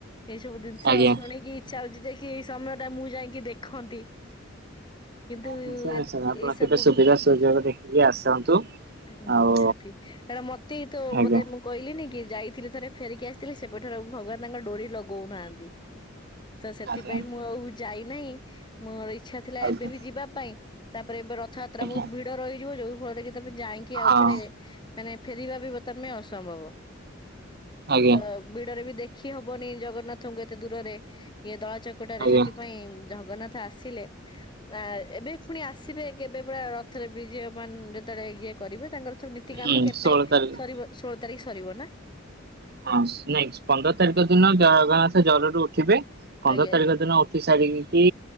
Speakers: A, on the left (about 25°); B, on the right (about 50°).
A: ଏ ସବୁ ଜିନିଷ
B: ଆଜ୍ଞା
A: ଶୁଣିକି ଇଚ୍ଛା ହଉଛି ଯାଇକି କି ସମୟ ଟା ମୁଁ ଯାଇକି ଦେଖନ୍ତି କିନ୍ତୁ
B: ନିଶ୍ଚୟ ଆପଣ
A: ଏଇ ସବୁ
B: କେବେେ ସୁବିଧା ସୁଯୋଗ ଦେଖିକି ଆସନ୍ତୁ।
A: ଉ
B: ଆଉ
A: ନିହାତି କାରଣ ମତେ ତ ବୋଧେ
B: ଆଜ୍ଞା
A: ମୁଁ କହିଲିିନି କି ଯାଇଥିଲଥିଲେ ଥରେ ଫେରିକି ଆସିଥିଲି ସେପଠରେ ଭଗବାନ ତାଙ୍କ ଡୋରି ଲଗଉନାହାନ୍ତି। ତ ସେଥିପାଇଁ
B: ଆଜ୍ଞା
A: ମୁଁ ଆଉ ଯାଇନାହିଁ ମୋର ଇଚ୍ଛା ଥିଲା
B: ଆଜ୍ଞା
A: ଏବେ ବି ଯିବା ପାଇଁ ତାପରେ ଏବେ ରଥଯାତ୍ରା
B: ଆଜ୍ଞା
A: ବହୁତ ଭିଡ ରହିଯିବ ଯୋଉ ଫଳରେ କି ତମେ ଯାଇକି ଆଉଥରେ
B: ହଁ
A: ମାନେ ଫେରିବା ବି ବର୍ତ୍ତମାନ ପାଇଁ ଅସମ୍ଭବ
B: ଆଜ୍ଞା
A: ତ ଭିଡରେ ବି ଦେଖ ଦେଖି ହବନି ଜଗନ୍ନାଥଙ୍କୁ ଏତେ ଦୂରରେ ଇଏ ଦଳା ଚକଟ ରେ
B: ଆଜ୍ଞା
A: ସେଥିପାଇଁ ଜଗନ୍ନାଥ ଆସିଲେ ଆ ଏବେ ପୁଣି ଆସିବେ କେବେ ପୁରା ରଥରେ ବିଜଅ ମାନ ଯେତେବେଳେ ଇଏ କରିବେ ତାଙ୍କର ନୀତିକାନ୍ତି
B: ହୁଁ
A: କେବେ
B: ଷୋହଳ ତାରିଖ
A: ସରିବ ଷୋହଳ ତାରିଖ ସରିବ ନା?
B: ହଁ ନାଇଁ ପନ୍ଦର ତାରିଖ ଦିନ ଜଗନ୍ନାଥ ଜରୁର୍ ଉଠିବେ। ପନ୍ଦର
A: ଆଜ୍ଞା
B: ତାରିଖ
A: ଆଜ୍ଞା
B: ଦିନ ଉଠି ସାରିକି